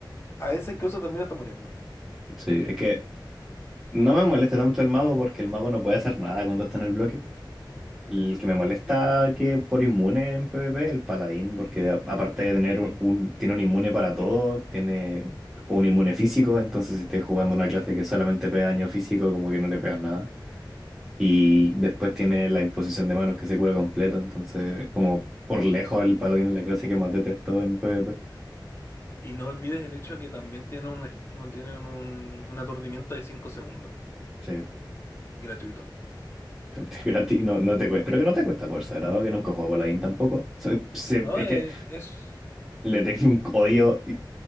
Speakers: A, on the left; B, in the centre.
A: a veces incluso termino hasta muriendo.
B: sí, es que no me molesta tanto el mago porque el mago no puede hacer nada cuando está en el bloque. El que me molesta que por inmune en PvP, el paladín, porque a- aparte de tener un, un- tiene un inmune para todo, tiene un inmune físico, entonces si estás jugando una clase que solamente pega daño físico, como que no le pegas nada. Y después tiene la imposición de manos que se cura completo, entonces como por lejos el paladín es la clase que más detesto en PvP.
A: Y no olvides el hecho que también tiene un, est- un- tienen un, un aturdimiento de cinco segundos,
B: Sí, <laughs>
A: gratuito.
B: te- te- gratis, no, no te cuesta, creo que no te cuesta por sagrado, que nunca he jugado paladín tampoco. So- se-
A: No,
B: es
A: eh,
B: que
A: es,
B: le tengo un odio